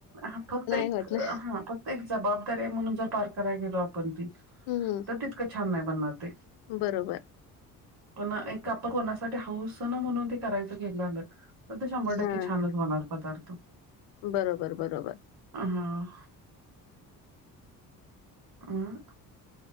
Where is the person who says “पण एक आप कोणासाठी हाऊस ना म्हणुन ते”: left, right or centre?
Right